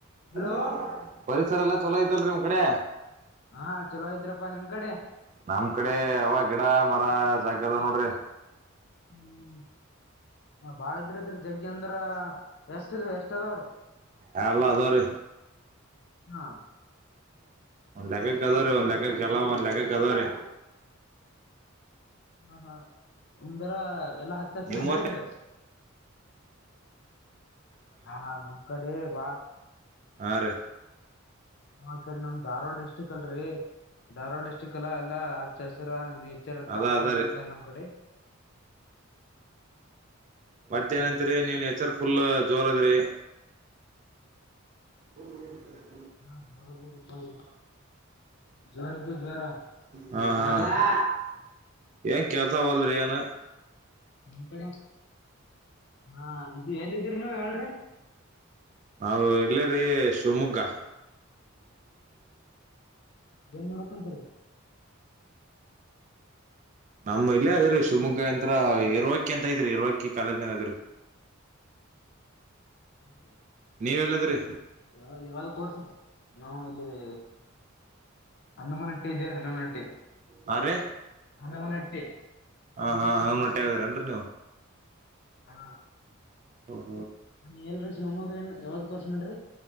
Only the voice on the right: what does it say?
<inaudible> ಪರಿಸರ ಎಲ್ಲಾ ಚಲೋ ಐತಲ್ರಿ ನಿಮ್ ಕಡೆ
ನಮ್ ಕಡೆ ಅವ ಗಿಡ ಮರ ಜಾಗದ ನೋಡ್ರಿ
ಹಲ್ಲ ಅದ ರೀ
ಒಂದ್ ಲೆಕ್ಕ ಕದಾವ್ರರಿ ಒಂದ್ ಲೆಕ್ಕ ಕೆಲ್ಲ ಒಂದ್ ಲೆಕ್ಕ ಕದಾವ್ರೀ
ನಿಮ್ಮಷ್ಟ
ಹಾ ರೀ
ಅದ
ಅದರಿ
ಮತ್ತೇ
ಏನಂತೀರಿ
<unintelligible> ಹೆಸರು ಫುಲ್ ಜೋರ ಅದ್ರಿ ಹೌ <inaudible>
ಹಾ
ಹಾ ಏನ್ ಕೇತಾವಲ್ರಿಯಾನ
ನಾವು ಎಲ್ಲ ರೀ ಶಿವಮೊಗ್ಗ <inaudible>
ನಮ್ಮ ಇಲ್ಲೇ ಅದ್ರೀ ಶಿವಮೊಗ್ಗ ಯಂತ್ರ ಇರುವಕಿ ಅಂತ ಇದ್ರರಿ ಇರುವಕಿ ಕಾಲದನಾಗ ಅದ್ರಿ
ನೀವ್ ಎಲ್ಲದ್ರಿ
ಹಾ ರೀ
ಹಾ ಹಾ ಹ ಮಟ್ಟೆ ಹದ್ರನ್ರಿ ನೀವು
ಹಾ <inaudible>